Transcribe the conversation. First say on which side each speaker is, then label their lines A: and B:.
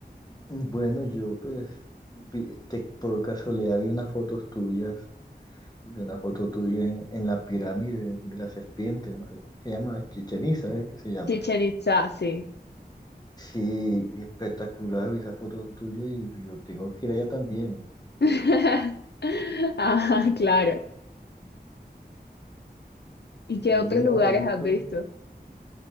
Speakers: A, on the left (about 25°); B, on the left (about 80°).
A: bueno, yo pues vi- de- por casualidad vi unas fotos tuyas, vi una foto tuya en, en la pirámide de la serpiente, no sé, ¿qué se llama? Chichen Itza, ¿eh? ¿Qué se llama?
B: Chichen Itza, sí.
A: Sí, y espectacular, vi esa foto tuya y yo tengo que ir allá también.
B: <laughs> Ah, claro. ¿Y qué
A: Y
B: otros
A: no,
B: lugares
A: he visto...
B: has visto?